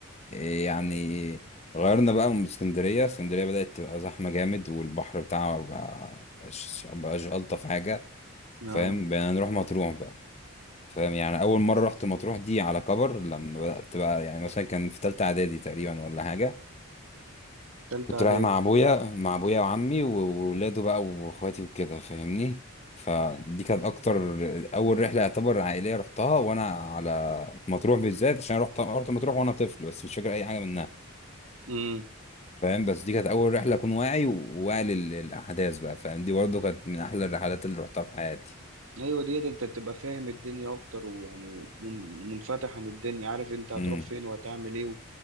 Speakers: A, on the left (about 30°); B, on the right (about 70°).
A: إيه، يعني غيرنا بقى من اسكندرية اسكندرية بدأت تبقى زحمة جامد والبحر بتاعها بقى مبقاش مبقاش ألطف حاجة
B: اه
A: فاهم بقينا نروح مطروح بقى فاهم يعني أول مرة رحت مطروح دي على كبر لما بدأت بقى يعني مثلا كان في تالتة إعدادي تقريبا ولا حاجة
B: تالتة
A: كنت
B: اعدادي
A: رايح مع أبويا مع أبويا وعمي وولاده بقى وإخواتي وكده فاهمني فدي كانت أكتر أول رحلة يعتبر عائلية رحتها وأنا على مطروح بالذات عشان رحت رحت مطروح وأنا طفل بس مش فاكر أي حاجة منها
B: امم
A: فاهم بس دي كانت اول رحله اكون واعي و- وواعي لل- للاحداث بقى فاهم دي برضه كانت من احلى الرحلات اللي رحتها في حياتي
B: ايوه ديت انت بتبقى فاهم الدنيا اكتر ويعني من- منفتح عن الدنيا عارف انت هتروح
A: امم
B: فين وهتعمل ايه